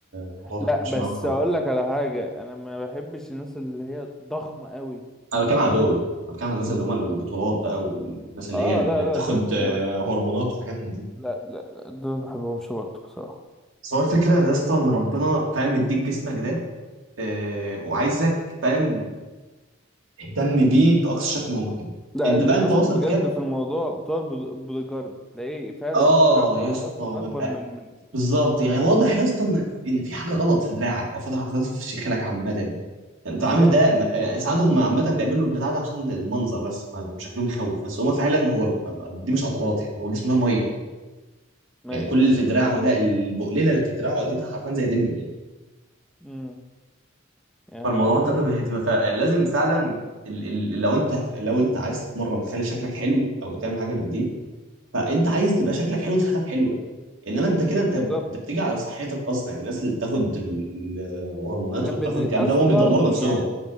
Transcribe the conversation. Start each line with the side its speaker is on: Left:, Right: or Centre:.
Right: الموضوع ده
Centre: لا
Right: مش
Centre: بس
Right: معاك خالص
Centre: اقول لك على حاجة انا ما بحبش الناس اللي هي ضخمة قوي فاهم
Right: انا بتكلم
Centre: قصدي
Right: على دول انا بتكلم على الناس اللي هم البطولات بقى والناس اللي
Centre: اه
Right: هي اللي
Centre: لا
Right: بتاخد
Centre: لا دولت
Right: آه،
Centre: لا
Right: هرمونات وحاجات من دي
Centre: لا لا, لا دولت ما بحبهمش برضه بصراحة
Right: بس هو الفكره ان يا اسطى ان ربنا فاهم مديك جسمك ده آه، وعايزك فاهم اهتم بيه باقصى شكل ممكن
Centre: لا
Right: انت
Centre: اللي
Right: بقى انت
Centre: يغيظك
Right: وصلت
Centre: بجد
Right: كده
Centre: في الموضوع بتوع البود- بوديجارد تلاقيه فعلا
Right: اه
Centre: الدراع بتاعه
Right: يا اسطى
Centre: اصلا اكبر
Right: ببقى
Centre: من من
Right: بالظبط يعني واضح يا اسطى انك ان في حاجه غلط في دراعك او في حاجه غلط في شكلك عامه يعني انت
Centre: بالظبط
Right: عامل ده يعني ساعات هم عامه بيعملوا البتاع ده عشان المنظر بس يعني شكلهم يخوف بس هو فعلا هو دي مش عضلات يعني هو جسمه ده ميه يعني
Centre: ايوه
Right: كل اللي في دراعه ده البقليله اللي في دراعه دي ده حرفيا زي ديمبل يعني
Centre: امم يا-
Right: فالموضوع ده بيبقى- فلازم فعلا ال- ال- لو انت لو انت عايز تتمرن تخلي شكلك حلو او تعمل حاجه من دي فانت عايز تبقى شكلك حلو وصحتك حلوه انما انت كده انت
Centre: بالظبط
Right: انت بتيجي على صحتك اصلا يعني الناس اللي بتاخد ال- الهرمونات
Centre: بن-
Right: وبتاخد الكلام
Centre: اصلا
Right: ده هم بيدمروا نفسهم
Centre: يعني